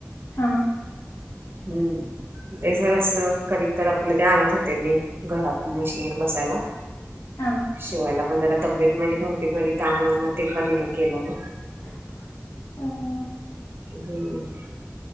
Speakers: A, on the left; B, on the right.
A: हा
B: हम्म, हम्म तेचं कसं करी तर आपलं ते आणत होते मी घरात मशीनवर बसायला.
A: हा
B: शिवायला पण जरा तब्येत माझी नव्हती बरी त्यामुळ मग ते पण नाही केलं मं.
A: <inaudible> हम् हम्.
B: हम्म.